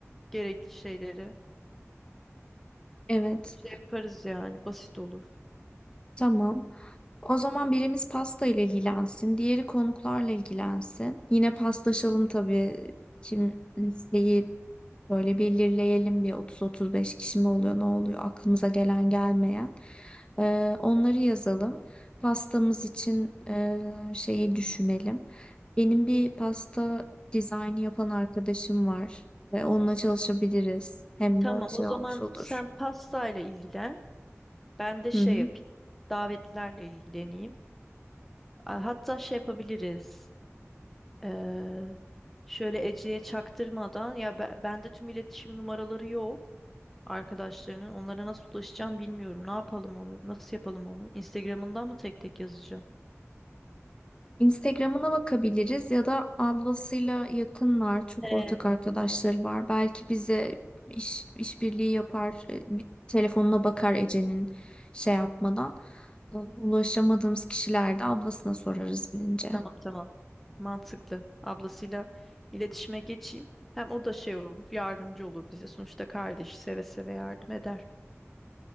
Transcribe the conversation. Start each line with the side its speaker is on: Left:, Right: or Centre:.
Centre: gerekli şeyleri.
Left: Evet.
Centre: Şey yaparız yani basit olur.
Left: Tamam. O zaman birimiz pasta ile ilgilensin, diğeri konuklarla ilgilensin. Yine paslaşalım tabii. Kim listeyi böyle belirleyelim bir 30-35 kişi mi oluyor, ne oluyor aklımıza gelen gelmeyen. Ee, onları yazalım. Pastamız için e, şeyi düşünelim. Benim bir pasta dizaynı yapan arkadaşım var ve onunla çalışabiliriz. Hem
Centre: Tamam
Left: de şey
Centre: o zaman
Left: olmuş olur.
Centre: sen pastayla ilgilen. Ben de
Left: Hı
Centre: şey
Left: hı.
Centre: yapayım. Davetlilerle ilgileneyim. A- Hatta şey yapabiliriz. Ee, şöyle Ece'ye çaktırmadan ya be- bende tüm iletişim numaraları yok arkadaşlarının. Onlara nasıl ulaşacağım bilmiyorum. Ne yapalım onu? Nasıl yapalım onu? Instagram'ından mı tek tek yazacağım?
Left: Instagram'ına bakabiliriz ya da ablasıyla yakınlar, çok
Centre: He.
Left: ortak arkadaşları var. Belki bize iş, işbirliği yapar, e, bir telefonuna bakar Ece'nin şey yapmadan. E, Ulaşamadığımız kişilerde ablasına sorarız bilince.
Centre: Tamam tamam. Mantıklı. Ablasıyla iletişime geçeyim. Hem o da şey olur, yardımcı olur bize. Sonuçta kardeş seve seve yardım eder.